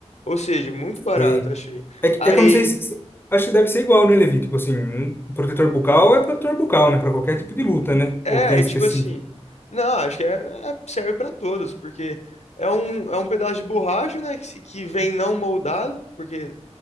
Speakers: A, on the left; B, on the left.
A: Ou seja, muito barato,
B: Sei.
A: achei.
B: É, que-
A: Aí,
B: é que eu não sei se. se- Acho que deve ser igual, né, Levi? Tipo assim, um protetor bucal é protetor bucal, né? Pra qualquer tipo de luta, né?
A: é,
B: Ou tem
A: aí,
B: específico.
A: tipo assim, não, acho que é, é- serve pra todos, porque é um, é um pedaço de borracha, né, que, se- que vem não moldado, porque